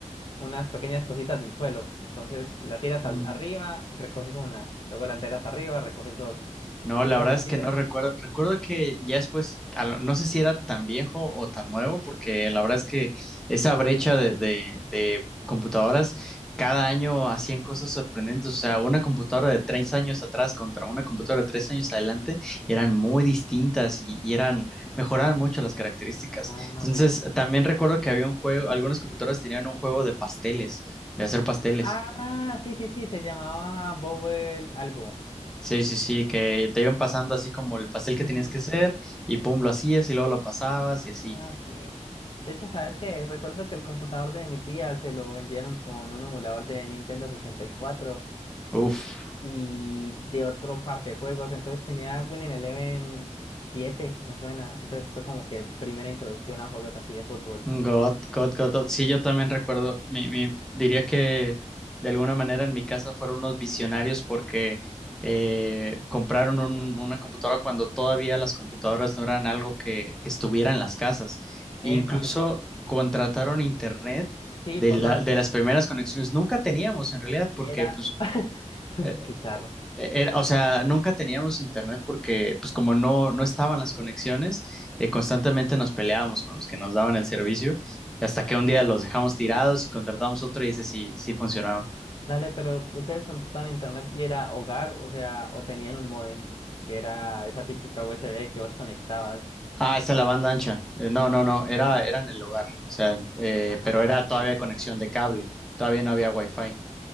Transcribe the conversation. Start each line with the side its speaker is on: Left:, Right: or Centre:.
Left: unas pequeñas cositas del suelo. Entonces la tiras
Centre: mm.
Left: al- arriba, recoges una, luego la tiras arriba, recoges dos,
Centre: No, la
Left: luego
Centre: verdad
Left: la
Centre: es
Left: tiras.
Centre: que no recuerdo. Recuerdo que ya después, a lo- no sé si era tan viejo o tan nuevo, porque la verdad es que esa brecha de, de- de computadoras, cada año hacían cosas sorprendentes. O sea, una computadora de tres años atrás contra una computadora de tres años adelante eran muy distintas y, y eran, mejoraban mucho las características.
Left: Ah,
Centre: Entonces,
Left: bueno, dale,
Centre: también
Left: sí.
Centre: recuerdo que había un juego, algunas computadoras tenían un juego de pasteles, de hacer pasteles.
Left: Ah, sí, sí, sí, se llamaba Bobble algo.
Centre: Sí, sí, sí, que te iban pasando así como el pastel
Left: Ujú.
Centre: que tenías que hacer y pum, lo hacías y luego lo pasabas y así.
Left: Ah, sí. De hecho, ¿sabes qué? Recuerdo que el computador de mi tía se lo vendieron con un emulador de Nintendo sesenta y cuatro
Centre: Uf,
Left: y de otro par de juegos. Entonces tenía Winning Eleven 7 me suena. Entonces fue como que primera introducción a juegos así de fútbol.
Centre: God, God, God, God. Sí, yo también recuerdo, mi, mi- diría que de alguna manera en mi casa fueron unos visionarios porque eh, compraron un- una computadora cuando todavía las computadoras no eran algo que, que estuviera en las casas. Incluso
Left: Epa, epa.
Centre: contrataron internet
Left: Sí,
Centre: de
Left: por
Centre: la-
Left: dos.
Centre: de las primeras conexiones. Nunca teníamos en realidad porque
Left: Y Era.
Centre: pues...
Left: <laughs>
Centre: eh,
Left: Qué charro.
Centre: E- Era, o sea, nunca teníamos internet porque, pues como no, no estaban las conexiones, eh, constantemente nos peleábamos con los que nos daban el servicio, y hasta que
Left: Ok.
Centre: un día los dejamos tirados y contratamos otro y ese sí, sí funcionaba.
Left: Dale, pero ustedes contrataban internet y era hogar, o sea, o tenían un módem, que era esa típica USB que vos conectabas.
Centre: Ah, esa es la banda ancha. Eh, no, no, no, era, era en el hogar, o sea, eh,
Left: Ah,
Centre: pero era
Left: ok,
Centre: todavía
Left: dale.
Centre: conexión de cable, todavía no había wifi.